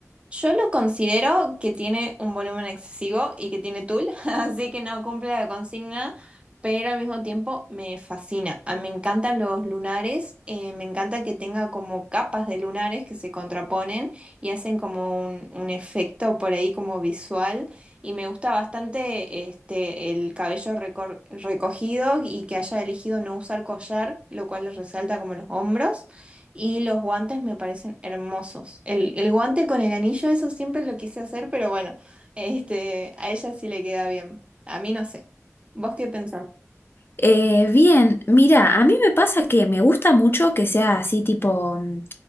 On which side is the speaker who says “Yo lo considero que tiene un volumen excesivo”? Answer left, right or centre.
Right